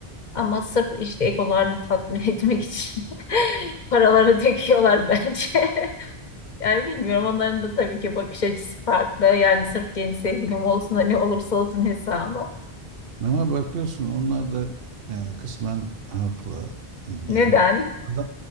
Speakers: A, on the left (about 50°); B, on the right (about 65°).
A: Ama sırf işte egolarını tatmin <laughs> etmek için <laughs> paraları döküyorlar bence. <laughs> Yani bilmiyorum onların da tabii ki bakış açısı farklı. Yani sırf genç sevgilim olsun da ne olursa olsun hesabı.
B: Ama bakıyorsun onlar da yani kısmen haklı e, diyeyim.
A: Neden?
B: Adam